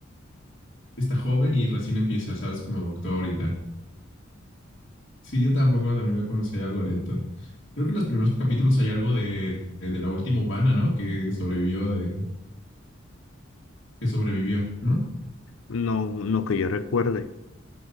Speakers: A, on the left; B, on the left.
A: Está joven y recién empieza, ¿sabes? Como doctor y tal. Sí, yo tampoco también lo conocí algo lento. Creo que en los primeros capítulos hay algo de, de la última humana, ¿no? Que sobrevivió de, que sobrevivió, ¿no?
B: No, no que yo recuerde.